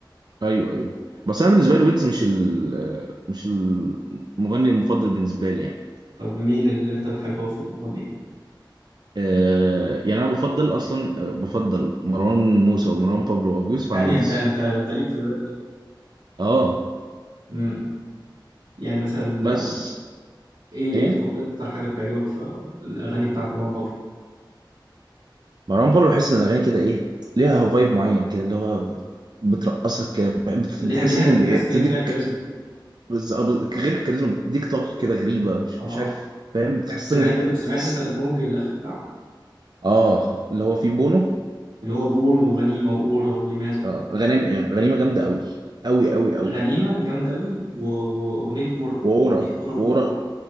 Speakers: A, on the right; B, on the right.
A: ايوه ايوه بس انا بالنسبه لي ويجز مش ال مش المغني المفضل بالنسبه لي يعني
B: طب مين اللي انت بتحبه في المغني
A: آه يعني انا بفضل اصلا آه، بفضل مروان موسى ومروان بابلو وابو يوسف
B: يعني
A: عن ويجز
B: انت انت انت ليك في الراب بقى.
A: اه
B: امم يعني مثلا
A: بس
B: آه، ايه ايه
A: ايه
B: طب اكتر حاجة بتعجبك في الاغاني بتاعت مروان بابلو
A: مروان بابلو بحس ان الاغاني كده ايه ليها فايب معين كده اللي هو بترقصك كده بت-
B: ليها
A: بتحسسك
B: ليها
A: ان
B: تحس
A: إيه،
B: ان
A: بتديك
B: هي فيها كاريزما
A: بز- آه، بز- غير الكاريزما بتديك طاقه كده غريبه مش,
B: اه
A: مش عارف فاهم بتحسسك
B: سمعت
A: ان انت
B: له
A: بتحس
B: سمعت انت الالبوم الج- الاخير بتاعه
A: اه اللي هو في بونو
B: اللي هو بورن وغنيمة وأورا ولماذا
A: آه، غنيمه غنيمه جامده قوي قوي قوي قوي
B: غنيمة جامدة أوي و... وأغنية أورا
A: وورا
B: أغنية أورا
A: وورا
B: أورا